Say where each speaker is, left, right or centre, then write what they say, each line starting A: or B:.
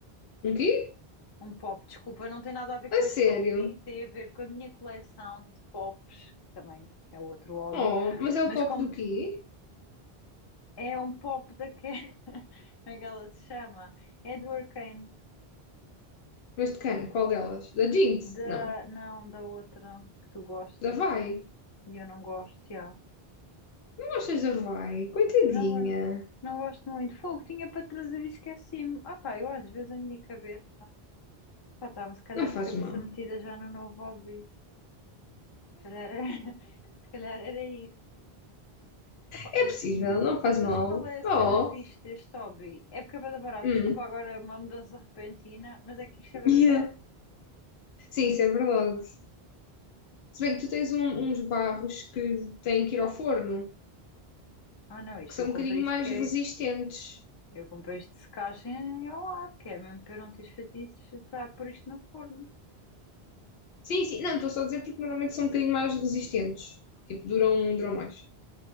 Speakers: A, on the left (about 80°); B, on the left (about 35°).
A: Um quê?
B: Um pop, desculpa, não tem nada a ver com
A: A sério?
B: este hobby, tem a ver com a minha coleção de pops, que também é outro hobby,
A: Oh, mas é o
B: mas
A: pop
B: como
A: do quê?
B: é um pop da que, <laughs> como é que ela se chama? É do Arcane,
A: Mas de quem? Qual delas? Da Jinx?
B: da,
A: Não.
B: não, da outra que tu gostas
A: Da Vai?
B: e eu não gosto, já.
A: Não achas da Vai? Coitadinha.
B: Não, eu não gosto muito. Fogo, tinha para trazer e esqueci-me. Ah pá, eu às vezes a minha cabeça, pá, estava se calhar
A: Não faz
B: com a cabeça
A: mal.
B: metida já no novo hobby. calhar era, <laughs> se calhar era isso. Epá,
A: É possível, não faz
B: sabes
A: mal.
B: qual é a cena
A: Oh,
B: fixe deste hobby? É porque é bué da barato.
A: hum,
B: Desculpa agora uma mudança repentina, mas é que isto é bué
A: yeah.
B: da barato.
A: Sim, isso é verdade. Se bem que tu tens um- uns barros que têm que ir ao forno,
B: Ah não, isto
A: que são
B: eu
A: um
B: comprei
A: bocadinho
B: isto
A: mais
B: que é.
A: resistentes.
B: Eu comprei isto de secagem ao ar, que é mesmo para eu não ter chatices para pôr isto no forno.
A: Sim, sim, não, estou só a dizer porque normalmente são um bocadinho mais resistentes. Tipo, duram, um, duram mais.